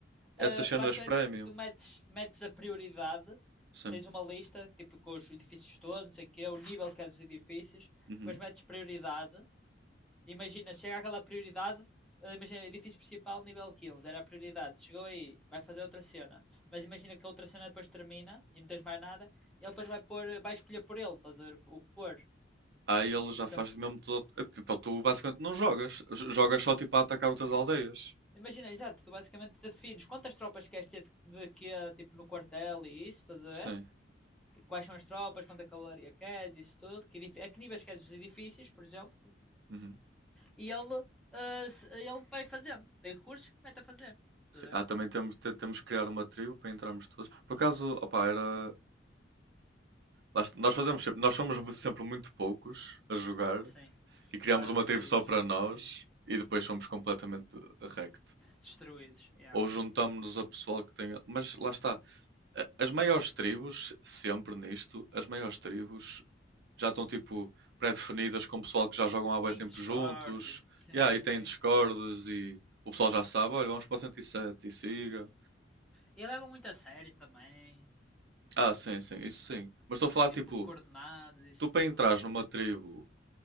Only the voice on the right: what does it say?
essas
cenas
premium.
Sim.
Uhum.
Aí ele já
faz mesmo todo. Então tu basicamente não jogas, j- jogas só tipo a atacar outras aldeias.
Sim.
Uhum.
Sim.
Ah,
também temos, te- temos que criar uma tribo para entrarmos todos. Por acaso, opá, era Lá está- Nós fazemos sempre, nós somos sempre muito poucos a jogar
e criamos
uma
tribo só para nós
e depois somos completamente wrecked.
Ou juntamos-nos a pessoal que tenha. Mas lá está. a- As maiores tribos, sempre nisto, as maiores tribos já estão tipo pré-definidas com o pessoal que já jogam há bué
tempo
juntos.
E aí tem
discordes e o pessoal já sabe, olha, vamos para o 107 e siga.
Ah, sim, sim, isso sim. Mas estou a falar
tipo,
tu para
entrares numa tribo